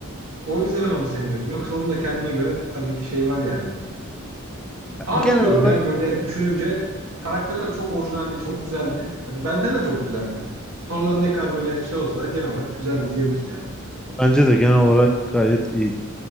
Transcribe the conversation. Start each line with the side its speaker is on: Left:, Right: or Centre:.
Right: O yüzden onu sevmiyordum. Yoksa onun da kendine göre tabii ki şey var yani. Ama
Centre: Genel
Right: bilmiyorum
Centre: olarak
Right: ya böyle düşününce karakterler çok orijinaldi, çok güzeldi. Hani Benten de çok güzeldi. Sonradan ne kadar böyle şey olsa da genel olarak güzeldi diyebiliriz yani.
Centre: bence de genel olarak gayet iyiydi.